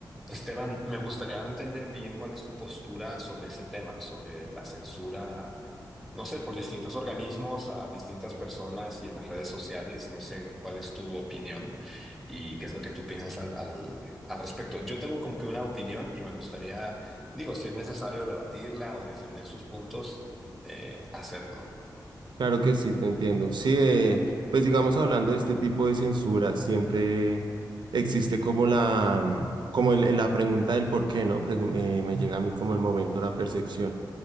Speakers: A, in the centre; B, on the right.
A: Esteban, me gustaría entender bien cuál es tu postura sobre ese tema, sobre la censura, no sé, por distintos organismos a distintas personas y en las redes sociales. No sé cuál es tu opinión y qué es lo que tú piensas al, al, al respecto. Yo tengo como que una opinión y me gustaría, digo, si es necesario debatirla o defender sus puntos, eh, hacerlo.
B: Claro que sí, te entiendo. Sí, eh, pues digamos, hablando de este tipo de censura, siempre existe como la, como el- la pregunta del por qué, ¿no? Pregu- eh, me llega a mí como el momento, la percepción